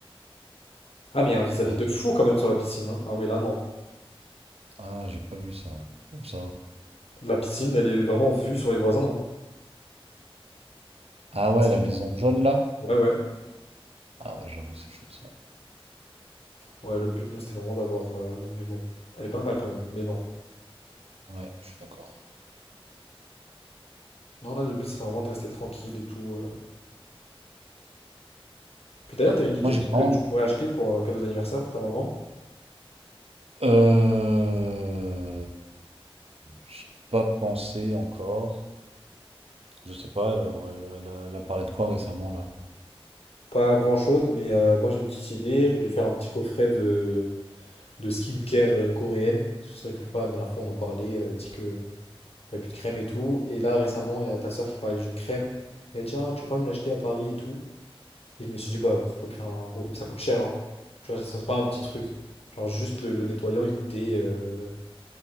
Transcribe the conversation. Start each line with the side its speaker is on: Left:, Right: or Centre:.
Left: Ah, mais il y a un vis-à-vis
Right: Ouais.
Left: de fou quand même sur la piscine, hein. Ah oui, là, non.
Right: Ah, j'ai pas vu ça. Comme ça.
Left: La piscine, elle est vraiment vue sur les voisins, hein.
Right: Ah
Left: Je sais pas
Right: ouais,
Left: si
Right: la
Left: tu
Right: maison jaune, là?
Left: vois. Ouais, ouais.
Right: Ah ouais, j'avoue, c'est chaud, ça.
Left: Ouais, le but, nous, c'était vraiment d'avoir... euh, Mais bon, elle est pas mal quand même, mais non.
Right: Ouais, je suis d'accord.
Left: Non, là, le but serait vraiment de rester tranquille et tout. euh. Puis d'ailleurs, t'as une idée
Right: Moi, j'ai
Left: de ce que
Right: vraiment...
Left: tu pourrais acheter pour euh, cadeau d'anniversaire pour ta maman?
Right: Euh... J'y ai pas pensé encore. Je sais pas, elle, aurait- elle a elle a parlé de quoi récemment là?
Left: Pas grand-chose, mais euh, moi j'ai une petite idée. Je vais lui faire un petit coffret de, de skincare euh, coréenne. Ce serait que je sais pas, la dernière fois on en parlait, elle avait dit que elle avait plus de crème et tout. Et là récemment, il y a ta soeur qui parlait d'une crème. Et elle dit, ah, tu veux pas me l'acheter à Paris et tout. Et je me suis dit, bah pourquoi pas lui faire un gros. Mais ça coûte cher, hein. Tu vois, ça, ça, c'est pas un petit truc. Genre juste le, le nettoyant, il coûtait, euh,